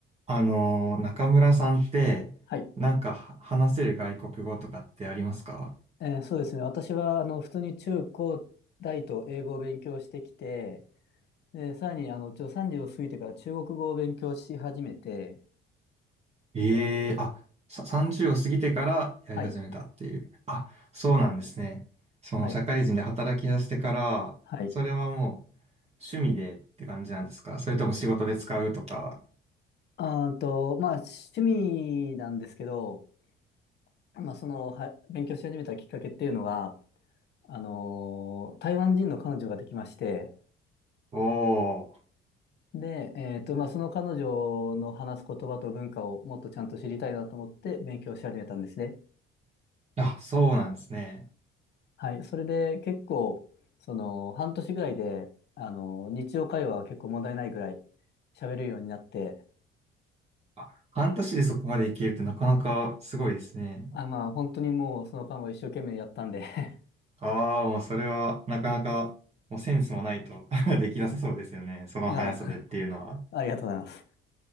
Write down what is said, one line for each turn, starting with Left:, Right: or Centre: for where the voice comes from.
Right: あのー、中村さんって、
Left: はい。
Right: なんかは話せる外国語とかってありますか
Left: えーそうですね。私は、あの、普通に中高大と英語を勉強してきて、で、さらに、あの、ちょ、30を過ぎてから中国語を勉強し始めて、
Right: ええーあ、
Left: えー
Right: さ30を過ぎてからやり始めたっていう。
Left: はい、
Right: あ、そうなんですね。その社会人で働き出してから、
Left: はい、はい。
Right: それはもう趣味でって感じなんですかそれとも仕事で使うとか。
Left: あーと、まあ、趣味なんですけど、まあ、その、は、勉強し始めたきっかけっていうのが、あのー台湾人の彼女ができまして、
Right: おー。
Left: で、えっと、まあ、その彼女の話す言葉と文化をもっとちゃんと知りたいなと思って勉強し始めたんですね。
Right: あ、そうなんですね。
Left: はい。それで結構、その、半年ぐらいで、あの、日常会話は結構問題ないぐらい喋るようになって、
Right: あ、半年でそこまでいけるってなかなかすごいですね。
Left: あ、まあ、本当にもうその間は一生懸命やったんで <laughs>
Right: ああ、もうそれはなかなかもうセンスもないと <laughs> できなさそうですよね。その速さでっていうのは。
Left: あ、ありがとうございます。